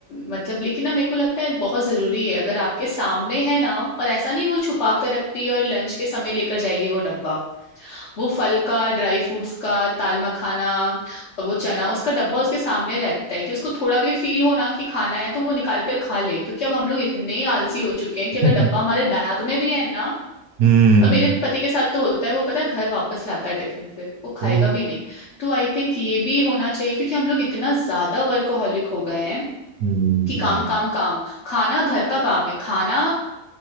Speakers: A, on the left (about 55°); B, on the right (about 70°).
A: मतलब लेकिन ना मेरे को लगता है बहुत जरूरी है अगर आपके सामने है ना और ऐसा नहीं वो छुपा कर रखती है और लंच के समय लेकर जाएगी वो डब्बा वो फल का ड्राई फ्रूट्स का ताल मखाना और वो चना उसका डब्बा उसके सामने रहता है कि उसको थोड़ा भी फील हो ना कि खाना है तो वो निकाल कर खा ले क्योंकि अब हम लोग इतने आलसी हो चुके हैं कि
B: <laughs>
A: अगर डब्बा हमारे बैग में भी है ना
B: हम्म
A: और मेरे पति के साथ तो होता है वो पता है घर वापस लाता है टिफिन फिर वो खाएगा
B: ओ
A: भी नहीं तो आई थिंक ये भी होना चाहिए क्योंकि हम लोग इतना ज्यादा वर्कोहॉलिक हो गए हैं
B: हम्म
A: कि
B: हम्म
A: काम काम काम खाना घर का काम है खाना